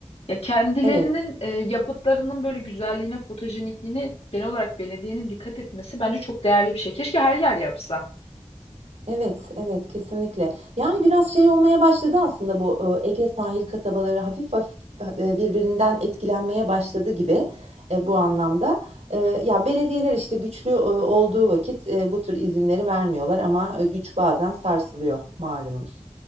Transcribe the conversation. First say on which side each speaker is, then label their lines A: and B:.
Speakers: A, on the left; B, on the right.
A: Ya kendilerinin
B: Evet.
A: e, yapıtlarının böyle güzelliğine, fotojenikliğine genel olarak belediyenin dikkat etmesi bence çok değerli bir şey. Keşke her yer yapsa.
B: Evet, evet kesinlikle. Yani biraz şey olmaya başladı aslında bu e, Ege sahil kasabaları hafif hafif e, birbirinden etkilenmeye başladı gibi e, bu anlamda. E, ya belediyeler işte güçlü e, olduğu vakit e, bu tür izinleri vermiyorlar ama e, güç bazen sarsılıyor malumunuz.